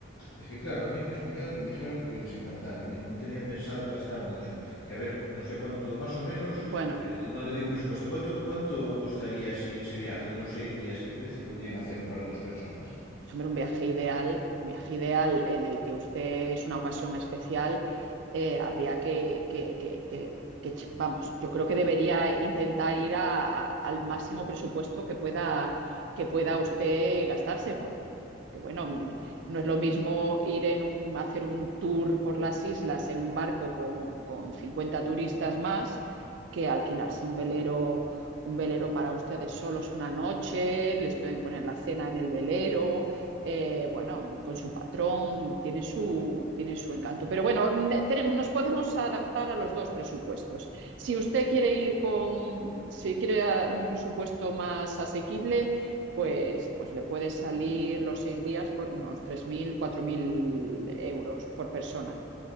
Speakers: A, on the left (about 85°); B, on the right (about 65°).
A: Es que claro, a mí mis cuñados me dijeron que les encantara. Y mire, no tenía pensado gastar mucho. Que a ver, no sé cuánto, más o menos,
B: Bueno,
A: eh, no le digo un presupuesto. ¿Cuánto, cuánto costaría si ese viaje de unos seis días? ¿Qué precio podrían hacerlo para dos personas?
B: pues hombre, un viaje ideal, un viaje ideal en el que usted es una ocasión especial, eh, habría que, que, que, que que, vamos, yo creo que debería intentar ir a, a, al máximo presupuesto que pueda, que pueda usted gastarse, porque, porque bueno, no es lo mismo ir en un, hacer un tour por las islas en un barco con, con 50 turistas más que alquilarse un velero, un velero para ustedes solos una noche, les pueden poner la cena en el velero, eh, bueno, con su patrón, tiene su, tiene su encanto. Pero bueno, tenemos, nos podemos adaptar a los dos presupuestos. Si usted quiere ir con, si quiere un presupuesto más asequible, pues, pues le puede salir los seis días por unos tres mil cuatro mil euros por persona.